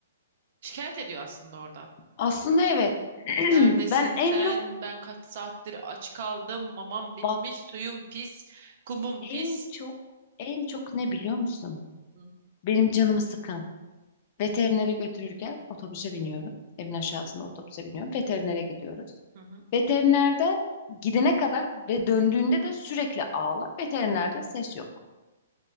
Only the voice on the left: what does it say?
Aslında evet. <clears throat>
Ben
en çok
bak
en
çok en çok ne biliyor musun?
Benim canımı sıkan. Veterinere götürürken otobüse biniyorum. Evin aşağısında otobüse biniyorum. Veterinere gidiyoruz.
Veterinerde gidene kadar ve döndüğünde de sürekli ağlar. Veterinerde ses yok.